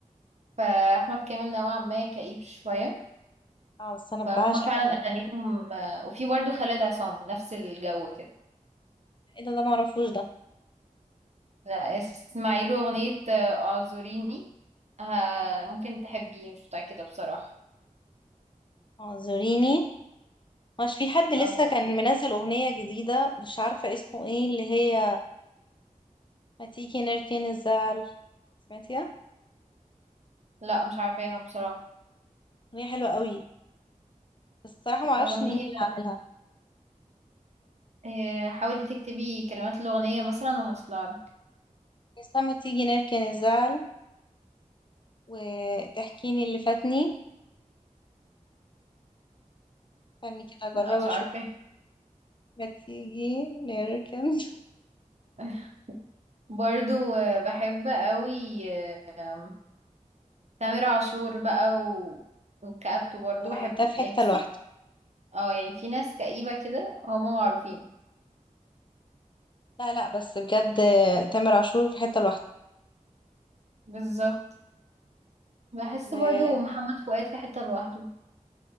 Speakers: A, on the right; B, on the left.
A: فاحمد كامل نوعا ما كئيب شويه
B: اه بس انا بعشق
A: فهما فعلا اغانيهم آه، وفي برضو خالد عصام نفس الجو كده
B: ايه ده ده معرفوش ده
A: لا اسمعي له اغنيه آه، اعذريني آه، ممكن تحبيه مش متاكده بصراحه
B: اعذريني مش في حد لسه
A: اه
B: كان منزل اغنية جديدة مش عارفة اسمه ايه اللي هي ما تيجي نركن الزعل سمعتيها
A: لا مش عارفاها بصراحه
B: اغنية حلوة قوي بس الصراحة ما اعرفش
A: اغنيه
B: مين اللي عاملها
A: آه، حاولي تكتبي كلمات الأغنية مثلا وهتطلع لك
B: بس لما تيجي نركن الزعل وتحكيني اللي فاتني استني كده اجرب
A: لا مش
B: اشوف
A: عارفة
B: ما تيجي نركن <laughs>
A: <laughs> برضو آه، بحب قوي آه، آم، تامر عاشور بقى و... وكآبته برضو
B: ده
A: بحب
B: ده في
A: يعني
B: حتة
A: بصي
B: لوحده
A: اه يعني في ناس كئيبة كده هما معروفين
B: لا لا بس بجد تامر عاشور في حتة
A: بالظبط بحس
B: لوحده
A: برضو محمد فؤاد في حتة لوحده